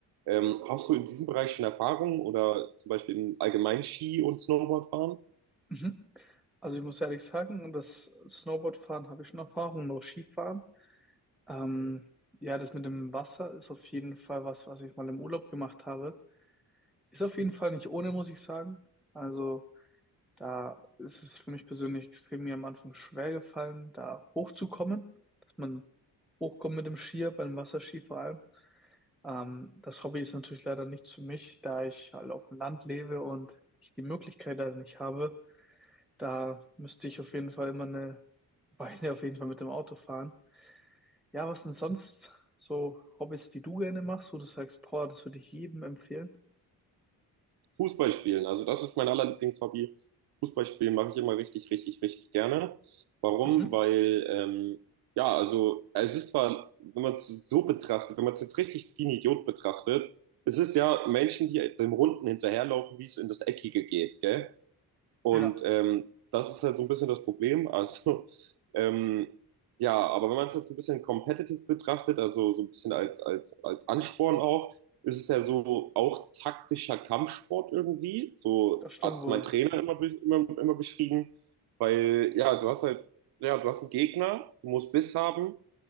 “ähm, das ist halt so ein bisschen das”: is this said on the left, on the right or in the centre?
Right